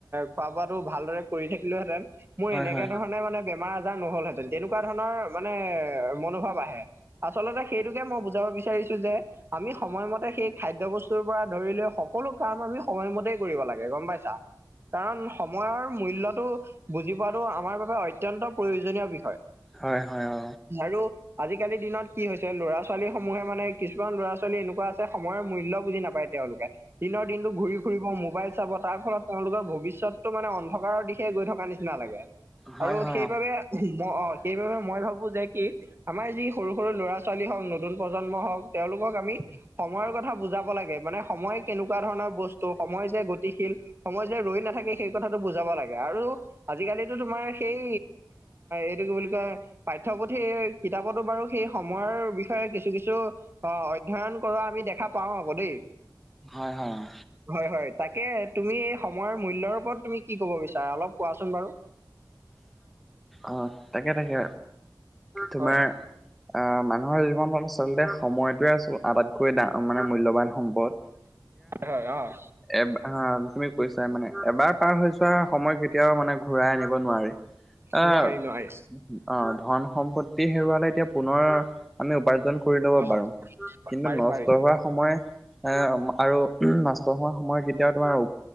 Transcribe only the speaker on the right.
খোৱা বোৱাটো ভালদৰে কৰি থাকিলোহেঁতেন মোৰ
এনেকে
ধৰণে মানে বেমাৰ আজাৰ নহলহেঁতেন, তেনেকুৱা ধৰণৰ মানে মনোভাৱ আহে। আচলতে সেইটোকে মই বুজাব বিচাৰিছো যে আমি সময়মতে সেই খাদ্যয় বস্ত পৰা ধৰি লৈ সকলো কাম আমি সময়মতে কৰিব লাগে গম পাইছা? কাৰণ সময়ৰ মূল্যয়টো বুজি পোৱাটো আমাৰ বাবে অত্যয়ন্ত প্ৰয়োজনীয় বিষয়
আৰু আজিকালি দিনত কি হৈছে ল'ৰা ছোৱালী সমূহে মানে কিছুমান ল'ৰা ছোৱালী এনেকুৱা আছে সময়ৰ মূল্য বুজি নাপায় তেওঁলোকে। দিনৰ দিনটো ঘূৰি ফুৰিব মোবাইল চাব তাৰ ফলত তেওঁলোকৰ ভৱিষ্যত টো মানে অন্ধকাৰৰ দিশে গৈ থকা নিচিনা লাগে
আৰু
সেইবাবে
মই অঁ সেইবাবে মই ভাবো যে কি আমাৰ যি সৰু সৰু ল'ৰা ছোৱালী হওঁক নতুন প্ৰজন্ম হওক তেওঁলোকক আমি সময়ৰ কথা বুজাব লাগে মানে সময় কেনেকুৱা ধৰণৰ বস্তু সময় যে গতি শীল সময় যে ৰৈ নাথাকে সেই কথাটো বুজাব লাগে আৰু আজিকালিতো তোমাৰ সেই এইটো কি বুলি কয় পাঠ্যপুথিৰ কিতাপতো বাৰু সেই সময়ৰ বিষয়ে কিছু কিছু অধ্যয়ন কৰা আমি দেখা পাওঁ আক' দেই।
হয়, হয়। তাকে তুমি এই সময়ৰ মূল্যৰ ওপৰত তুমি কি ক'ব বিচাৰা অলপ কোৱাচোন বাৰু?
হয়
হয়, অঁ।
নোৱাৰি
নোৱাৰি
অ
পাৰি
পাৰি